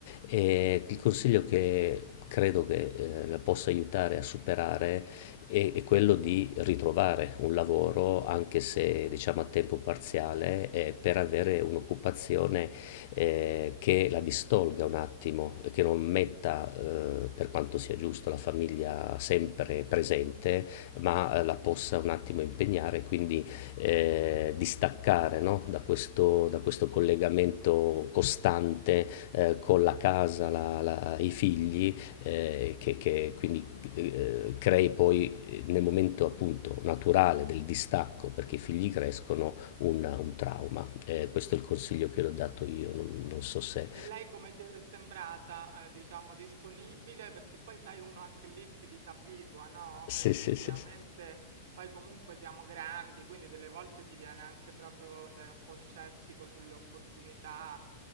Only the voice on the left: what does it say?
E il consiglio che credo che eh, la possa aiutare a superare e, e quello di ritrovare un lavoro, anche se diciamo a tempo parziale, eh, per avere un'occupazione eh, che la distolga un attimo, che non metta, eh, per quanto sia giusto, la famiglia sempre presente, ma eh, la possa un attimo impegnare, quindi eh, distaccare no? da questo, da questo collegamento costante eh, con la casa, la- la- i figli eh, che, che quindi eh, crei poi eh, nel momento appunto naturale del distacco perché i figli crescono un, un trauma. Eh, questo è il consiglio che ho dato io, non, non so se...
se,
se, se- se.